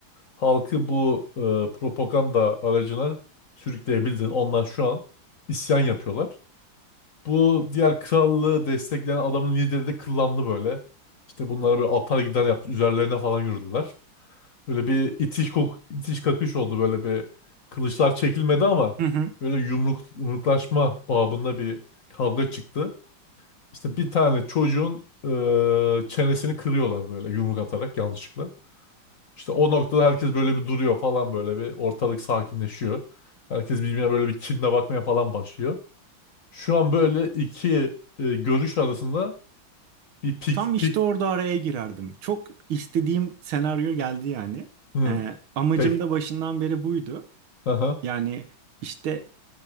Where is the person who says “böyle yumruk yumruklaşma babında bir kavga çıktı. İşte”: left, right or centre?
Left